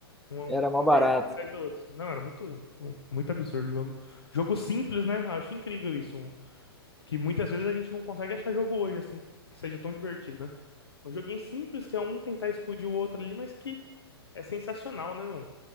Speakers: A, on the left; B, in the centre.
A: Uma, um,
B: Era mó
A: uma
B: barato.
A: partida atrás da outra. Não, era muito, um- muito absurdo o jogo. Jogo simples, né? Acho incrível isso. um- que muitas vezes a gente não consegue achar jogo hoje, assim, que seja tão divertido, né? Um joguinho simples, que é um tentar explodir o outro ali, mas que é sensacional, né, mano?